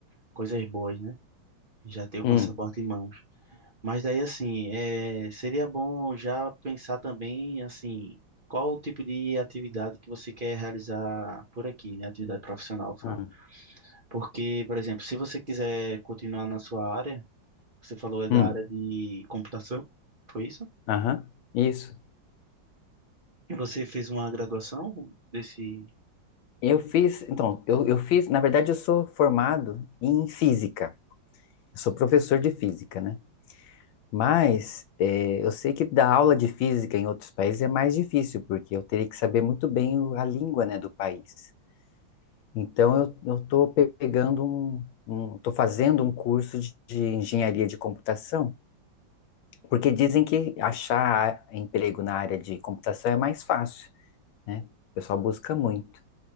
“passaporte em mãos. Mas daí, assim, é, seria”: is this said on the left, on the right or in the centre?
Right